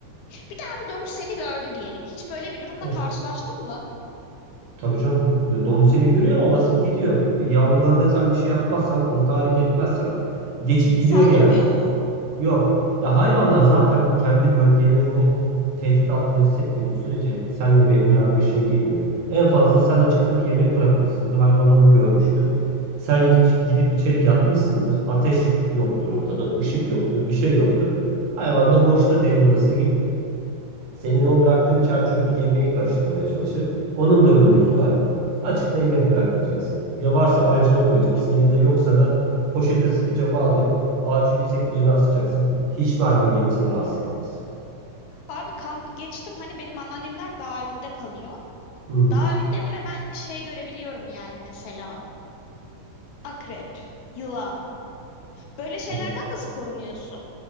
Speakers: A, on the left (about 70°); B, on the right (about 85°).
A: Bir daha bir domuz seni gördü diyelim. Hiç böyle bir durumla
B: Evet.
A: karşılaştın mı?
B: Tabii canım domuz seni görüyor ama basıp gidiyor. Yavrularına sen bir şey yapmazsan, onu tahrik etmezsen geçip gidiyor
A: Saldırmıyor
B: genelde.
A: mu?
B: Yok. Ya hayvanlar zaten kendi bölgelerini tehdit altında hissetmediği sürece seninle bir münakaşaya girmiyor. En fazla sen açıkta bir yemek bırakmışsındır. Hayvan onu görmüştür. Sen
A: Hı hı
B: gi- gidip içeri yatmışsındır. Ateş yoktur ortada, ışık
A: hı
B: yoktur,
A: hı
B: bir şey yoktur. Hayvan da
A: hı
B: boşta diye burası gibi senin o bıraktığın çer çöpü yemeği karıştırmaya çalışır. Onun da önlemi
A: hı
B: var. Açıkta yemek bırakmayacaksın. Ya varsa aracına koyacaksın
A: hı hı.
B: ya
A: hı.
B: da yoksa da poşete sıkıca bağlayıp ağacı yüksek bir yerine asacaksın. Hiçbir hayvan gelip seni rahatsız etmez.
A: Abi kampı geçtim. Hani benim anneannemler dağ evinde kalıyor.
B: Hı hı.
A: Dağ evinde bile ben şey görebiliyorum yani mesela. Akrep, yılan. Böyle şeylerden
B: hı.
A: nasıl korunuyorsun?